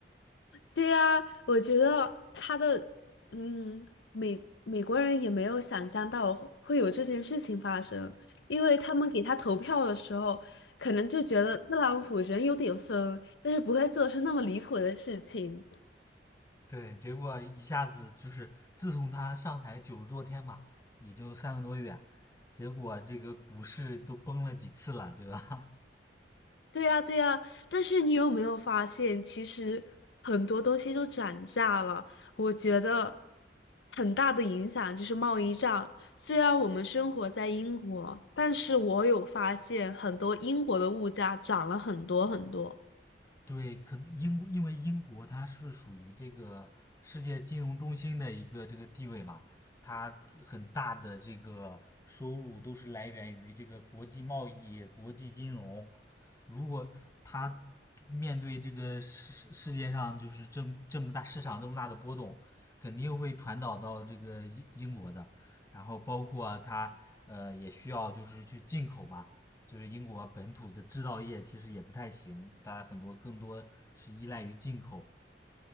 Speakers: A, on the left; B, on the left.
A: 对呀，我觉得他的嗯，美美国人也没有想象到会有这件事情发生，因为他们给他投票的时候，可能就觉得特朗普人有点疯，但是不会做出那么离谱的事情。
B: 对，结果一下子就是自从他上台九十多天嘛，也就三个多月，结果这个股市都崩了几次了，对吧？
A: 对呀，对呀，但是你有没有发现，其实很多东西都涨价了？我觉得很大的影响就是贸易战。虽然我们生活在英国，但是我有发现很多英国的物价涨了很多很多。
B: 对，可英国因为英国它是属于这个世界金融中心的一个这个地位嘛，它很大的这个收入都是来源于这个国际贸易、国际金融，如果他面对这个世世界上就是这么这么大市场这么大的波动，肯定会传导到这个英英国的。然后包括、啊、他呃也需要就是去进口嘛，就是英国本土的制造业其实也不太行，大家很多更多是依赖于进口。